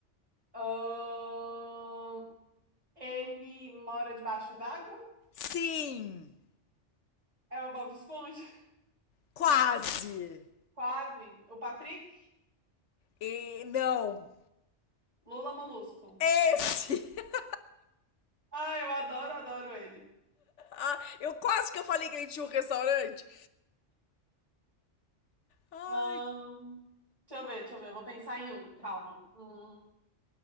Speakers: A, on the right; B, on the left.
A: Ahn, ele mora debaixo d'água?
B: Sim.
A: É o Bob Esponja? <laughs>
B: Quase.
A: Quase. O Patrick?
B: E não.
A: Lula Molusco.
B: Esse. <laughs>
A: Ah, eu adoro, adoro ele.
B: Ah, eu quase que eu falei que ele tinha um restaurante. Ai,
A: Ahn, deixa eu ver, deixa eu ver. Vou pensar em um, calma. Hum.